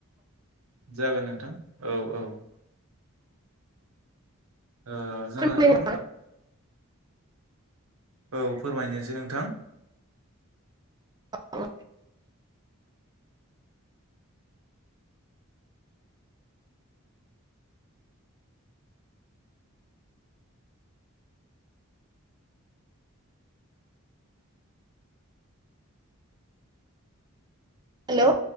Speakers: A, on the right; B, on the right.
A: जागोन नोंथां औ-औ। ओ जोंहाथ'
B: फोरमायनो
A: ओ
B: हागोन।
A: औ फोरमायनोसै नोंथां।
B: <inaudible> हेलौ